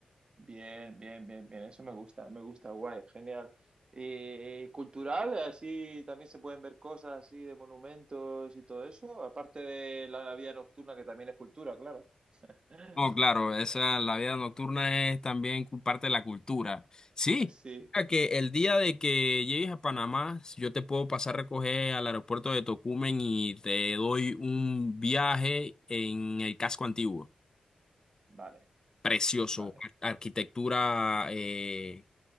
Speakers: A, on the right (about 35°); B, on the left (about 25°).
A: Bien, bien, bien, bien, eso me gusta, me gusta, guay, genial. ¿Y cultural? Así también se pueden ver cosas así de monumentos y todo eso, aparte de la vida nocturna que también es cultura, claro. <laughs>
B: No, claro, esa, la vida nocturna es también cu- parte de la cultura. Sí,
A: Sí,
B: mira que el día de que llegues a Panamá, yo te puedo pasar a recoger al aeropuerto de Tocumen y te doy un viaje en el casco antiguo.
A: vale,
B: Precioso,
A: vale.
B: ar- arquitectura eh,